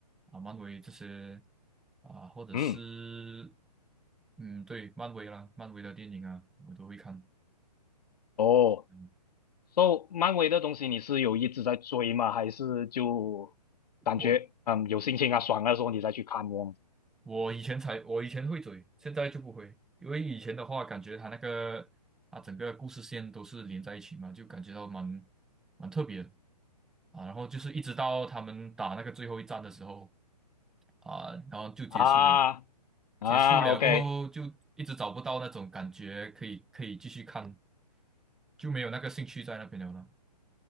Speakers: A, in the centre; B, on the left.
A: 啊，漫威这些啊，或者是
B: 嗯，
A: 嗯，对，漫威啦，漫威的电影啊，我都会看。
B: 哦。
A: 嗯，
B: So，漫威的东西你是有一直在追吗？还是就感觉嗯有心情啊爽的时候你再去看这样子
A: 我我以前才我以前会追，现在就不会，因为以前的话感觉它那个啊整个故事线都是连在一起嘛，就感觉到蛮蛮特别的。啊，然后就是一直到他们打那个最后一战的时候，啊，然后就结束嘛。
B: 啊啊？OK，
A: 结束了过后，就一直找不到那种感觉，可以可以继续看，就没有那个兴趣在那边了啦